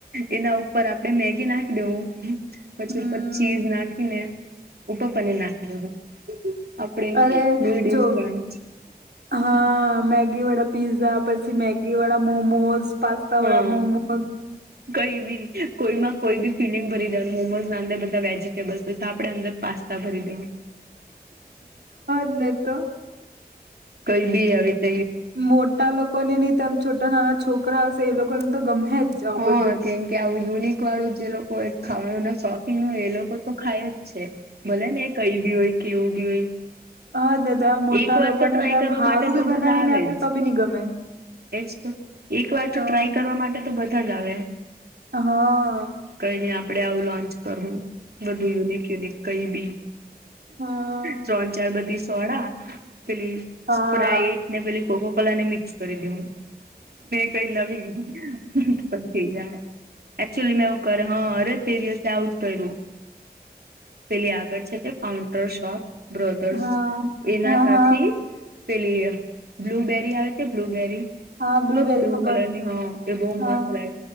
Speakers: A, on the right; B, on the right.
A: એના ઉપર ઉપ આપડણે મેગી નાખી દેવું પછી
B: હમ
A: ઉપર ચીઝ નાખીને ઉપપને નાખું આપડે
B: અરે
A: ન્યુડીશ
B: જો
A: લોન્ચ
B: હા મેગી વાળા પીઝા પછી મેગી વાળા મોમોઝ પાસ્તા
A: હા
B: વાળા મોમો હ
A: કઈ બી કોઈમાં કોઈ બી ફિલિંગ ભરી દે મોમો નાે બધા વેજ બસ તો આપડણે અંદર પાસ્તા ભરી દઈ
B: હા જ ને તો
A: કઈ બી આવે ત
B: મોટા લોકોને નહી તોમ છોટા નાના છોકરા હશે એ લોકોને તો ગમે જ જાાવ
A: હા
B: બધું
A: કેમ કે આવું યુનિક વાળું જે લોકો ખાવાનું ના શોખ ન એ લોકો તો ખાય જ છે ભલે ને એ કઈ બી હોય કેવું બી હોય.
B: હાજને તો એમ મોટા
A: એક વાર
B: લોકોને
A: ટ્રાય
B: તો એમ
A: કરવા
B: હારું
A: માટે
B: બી
A: તો
B: બનાવીને
A: બધા આવે
B: આપે તો
A: જ
B: બી નહી ગમે.
A: એજ તો એક વાર
B: હા
A: તો ટ્રાય કરવા માટે તો બધા જ આવે.
B: હા!
A: કઈ નને આપડે આવું લોન્ચ કરવું બધું યુનિક યુનિક કઈ બી.
B: હા
A: ત્રણ ચાર બધી સોડા. પેલી
B: હા
A: સ્પ્રાઈટ ને પેલી કોકોકોલા ને મિક્સ કરી દે. કઈ નવી ચીજ. એકચુઅલી મેં એવું કરે હા અરે તે દિવસે આવું જ કર્યું. પેલી આગળ છે તે કાઉન્ટર શોપ બ્રધર્સ.
B: હા
A: એના
B: હા
A: થાચી
B: હા
A: પેલી બ્લુબેરી આવે કે બ્લુબેરી.
B: હા
A: પેલો
B: બ્લુબેરી
A: બ્લુ
B: ખબર
A: કલરની હા એ બહુ મસ્ત
B: હા
A: લાગ.